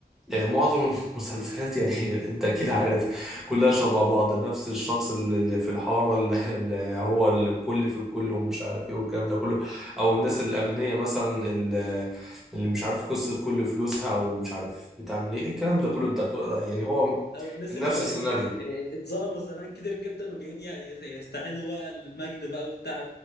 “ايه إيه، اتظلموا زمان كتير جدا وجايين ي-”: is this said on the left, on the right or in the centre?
Left